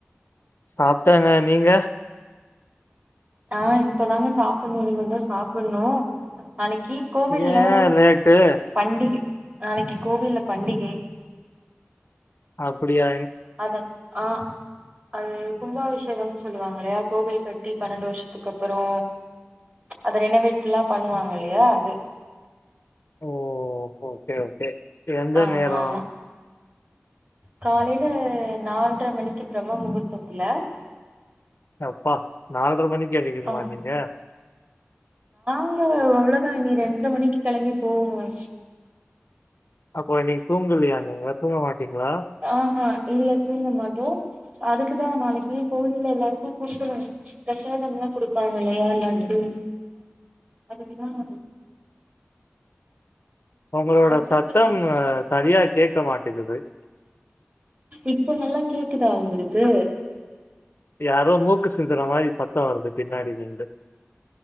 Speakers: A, on the left; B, on the right.
A: சாப்டங்க நீங்க
B: ஆ இப்பதாங்க சாப்ட்டமே இனிமேதா சாப் புட்ணு நாளைக்கி கோவில்ல
A: ஏ லேட்டு
B: பண்டிக நாளைக்கி கோவில்ல பண்டிகை
A: அப்புடியா
B: அத ஆ அது கும்பாபிஷேகம்னு சொல்லுவாங்க இல்லையா கோவில் கட்டி பன்னண்டு வருஷத்துக்கு அப்புறோ அத ரெனவேட்ல்லா பண்ணுவாங்க இல்லையா அது
A: ஓ ஓகே ஓகே எந்த
B: ஆமா
A: நேரோ
B: ஆமா காலையில நால்ர மணிக்கு பிரம்ம முகூர்த்தத்துல
A: அப்பா நால்ர மணிக்கி எந்திக்கணுமா
B: ஆம்
A: நீங்க
B: ங்க அவ்ளோதா இனி ரெண்ட்ர மணிக்கு கெளம்பி போகணு
A: அப்போ நீ தூங்கலயா நீங்க தூங்க மாட்டிங்களா
B: ஆஹ இல்ல தூங்கமாட்ட அதுக்குதா நாளைக்கி கோயில்ல எல்லாருக்கு குடுக்கணு பிரசாதம்லா குடுப்பாங்கில்லையா லட்டு அதுக்குதா <inaudible>
A: அவுங்களோட
B: நா ஃபோன்
A: சத்தம்
B: பண்ணிட்ருந்தே
A: ஆ சரியா கேக்க மாட்டேங்கிது
B: இப்போ நல்லா கேக்குதா உங்களுக்கு
A: யாரோ மூக்கு சிந்துற மாரி சத்த வருது பின்னாடிலேருந்து